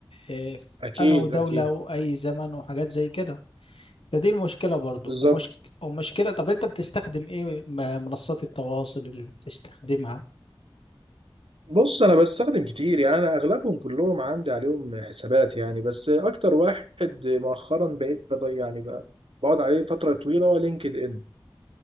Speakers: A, on the left; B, on the right.
A: آه، في
B: أكيد
A: انا دولة
B: أكيد
A: واي زمن وحاجات زي كده فدي المشكلة برضو
B: بالظبط
A: ومش ومشكلة طب انت بتستخدم ايه م- منصات التواصل اللي بتستخدمها
B: بص انا بستخدم كتير يعني انا اغلبهم كلهم عندي عليهم حسابات يعني بس اكتر واحد مؤخرا بقيت بض- يعني ب- بقعد عليه فتره طويله هو لينكد ان